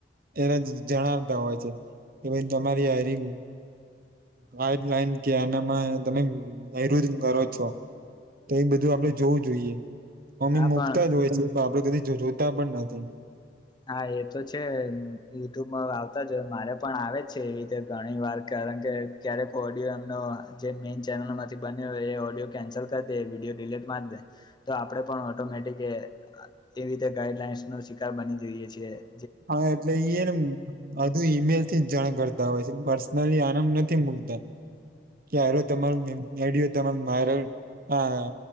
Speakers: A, on the right; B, on the left.
A: એને જણાવતા હોય છે એમાં તમારી હાયરિંગ વાઈટ લાઈન કે એનામાં તમે હાયરિંગ કરો છો તો એ બધું આપડે જોવું જોઈએ મમી
B: હા
A: મુકતા
B: પણ
A: જ હોય છે, આપડે કદી જોતા પણ નથી
B: હા, એ તો છે યુટૂબમાં આવતા જો મારે પણ આવે છે, એવી રીતે ઘણી વાર કારણ કે ક્યારેક ઓડિયો એમનો જે મે ચેનલથી બન્યો એ ઓડિયો કેન્સલ કરી દે વિડીયો ડીલીટ માર દે તો આપણે પણ ઓટોમેટિકીતે વી ગાઈડલાસ નો શિકાર બની દઈએ છે
A: હા એટલે ઈહેને બધુ ઈમેલ થી જ જાણ કરતા તો પછી, પર્સનલી આરામ નથી મુકતા કયારે તમારે વિડિયો તમામ વાયરલ, આ